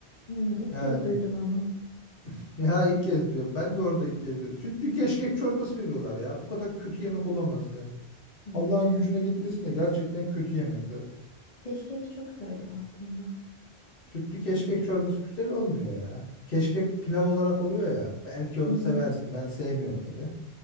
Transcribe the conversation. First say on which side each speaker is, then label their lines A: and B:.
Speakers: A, on the left; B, on the left.
A: Hmm, ilk
B: Yani
A: kez duydum onu.
B: <laughs> ya ilk kez diyor. Ben de orada ilk kez diyor. Sütlü keşkek çorbası veriyorlar ya. Bu kadar kötü yemek olamaz ya.
A: Hmm.
B: Allah'ın gücüne gitmesin de gerçekten kötü yemekler.
A: Keşkek çok severim aslında.
B: Sütlü keşkek çorbası güzel olmuyor ya. Keşkek pilav olarak oluyor ya. Belki onu
A: Hı hı.
B: seversin. Ben sevmiyorum tabii.